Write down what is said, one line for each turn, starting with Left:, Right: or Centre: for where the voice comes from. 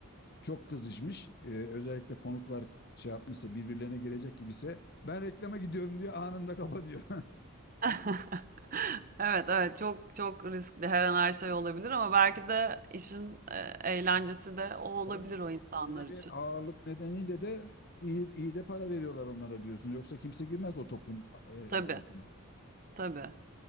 Left: çok kızışmış. Ee, özellikle konuklar şey yapmışsa birbirlerine gelecek gibiyse ben reklama gidiyorum diye anında kapanıyor.
Right: <laughs> Evet evet çok çok riskli her an her şey olabilir ama belki de işin e, eğlencesi de
Left: <laughs>
Right: o olabilir
Left: On,
Right: o insanlar
Left: öyle
Right: için.
Left: bir ağırlık nedeniyle de iyi, iyi de para veriyorlar onlara diyorsun. Yoksa kimse girmez o topun e,
Right: Tabii
Left: altına.
Right: tabii.